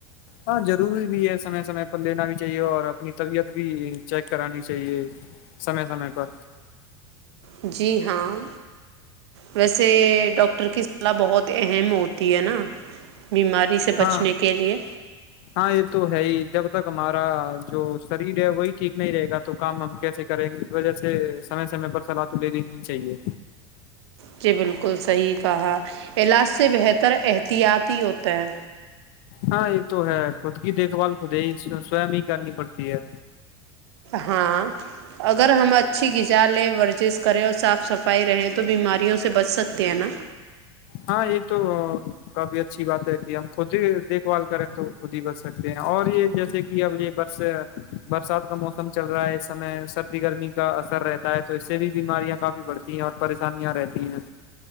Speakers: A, on the left; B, on the right.
A: ہاں ضروری بھی ہے سمے سمے پر لینا بھی چاہیے اور اپنی طبیعت بھی چیک کرانی چاہیے سمے سمے پر
B: جی ہاں ویسے ڈاکٹر کی صلاح بہت اہم ہوتی تی ہے نا بیماری سے بچنے
A: ہاں
B: کے لیے
A: ہاں یہ تو ہے ہی جب تک ہمارا جو شریر ہے وہی ٹھیک نہیں رہے گا تو کام ہم کیسے کریں گے اس وجہ سے سمے سمے پر سلا تو لینینی چاہیے
B: جی بالکل صحیح کہا علاج سے بہتر احتیاطی ہوتا ہے
A: ہاں یہ تو ہے خود کی دیکھ بھال خود ہی سوم ہی کرنی پڑتی ہے
B: ہاں اگر ہم اچھی غذا لیں ورزش کریں اور صاف صفائی رہیں تو بیماریوں سے بچ سکتے ہیں نا
A: ہاں یہ تو کاابیت بات ہے کہ ہم خود ہی دیکھ بھال کریں تو خود ہی بچ سکتے ہیں اور یہ جیسے کہ اب یہ بس برسات کا موسم چل رہا ہے اس سمے سردی گرمی کا اثر رہتا ہے تو اس سے بھی بیماریاں کافی بڑھتی ہیں اور پریشانیاں رہتی ہیں